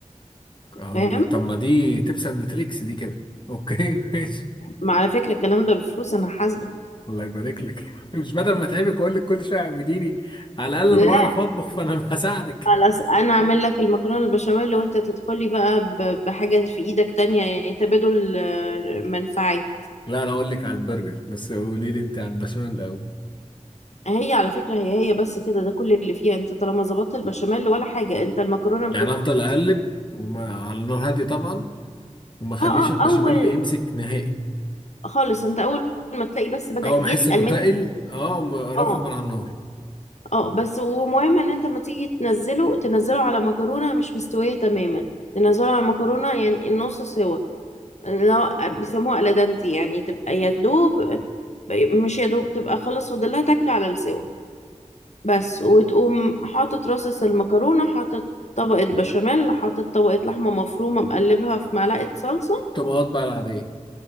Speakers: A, on the left; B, on the left.
A: اه
B: فاهم
A: طب ما دي تبس اند تريكس دي كده اوكي <laughs> ماشي
B: ما على فكره الكلام ده بفلوس انا حاسبه
A: الله يبارك لك <laughs> مش بدل ما اتعبك واقول لك كل شويه اعمليني على الاقل
B: لا
A: انا بعرف اطبخ فانا <laughs> هساعدك
B: خلاص انا اعمل لك المكرونه البشاميل وانت تدخلي بقى ب- بحاجه في ايدك تانية يعني تبادل آه، منفعي
A: لا انا اقول لك على البرجر بس قولي لي انت على البشاميل الاول
B: هي على فكرة هي هي بس كده ده كل اللي فيها انت طالما ظبطت البشاميل ولا حاجة انت المكرونة
A: يعني افضل اقلب وما على النار هاديه طبعا وما اخليش
B: اه اه
A: البشاميل
B: اول
A: اللي يمسك نهائي
B: خالص انت اول ما تلاقي بس بدأ
A: اول
B: يتقل
A: ما احس انه تقل
B: منك
A: اه م- رفعه
B: اه
A: من على النار
B: اه بس ومهم ان انت لما تيجي تنزله تنزله على مكرونة مش مستوية تماما تنزله على مكرونة يعني النص سوا اللي هو بيسموها الادانتي يعني تبقى يا دوب مش يا دوب تبقى خلاص فاضل لها تكة على السوا بس وتقوم حاطط رصص المكرونة حاطط طبقة بشاميل حاطط طبقة لحمة مفرومة مقلبها في معلقة صلصة
A: الطبقات بقى العادية